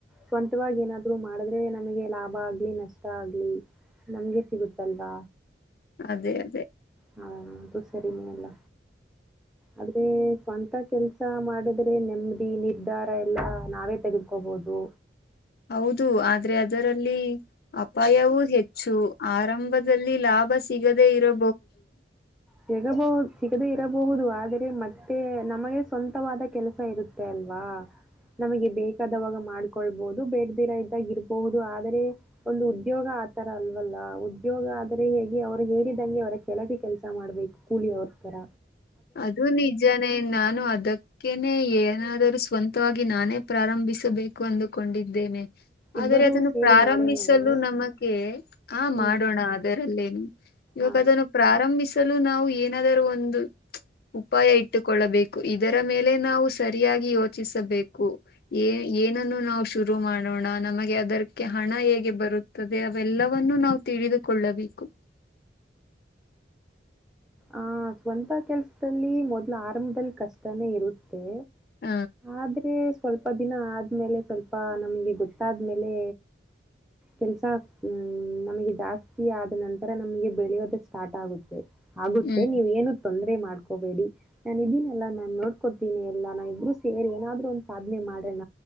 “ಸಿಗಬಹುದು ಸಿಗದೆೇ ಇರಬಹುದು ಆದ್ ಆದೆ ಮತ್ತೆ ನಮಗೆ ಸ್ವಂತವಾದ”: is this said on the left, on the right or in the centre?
Centre